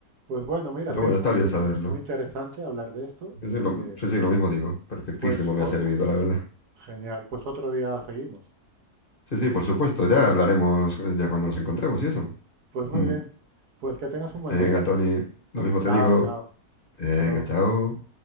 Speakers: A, on the right; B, on the left.
A: Pues bueno, mira,
B: pero
A: ha sido
B: bueno,
A: muy,
B: está bien saberlo.
A: muy interesante hablar de esto.
B: Sí, sí, lo,
A: Eh,
B: sí, sí, lo mismo digo. Perfectísimo
A: pues o-
B: me
A: o-
B: ha servido, la verdad.
A: genial, pues otro día seguimos.
B: Sí, sí, por supuesto, ya hablaremos eh, ya cuando nos encontremos y eso.
A: Pues muy
B: Mm.
A: bien, pues que tengas un buen
B: Venga,
A: día.
B: Tony, lo mismo
A: Chao,
B: te digo.
A: chao.
B: Venga,
A: Hasta luego.
B: chao.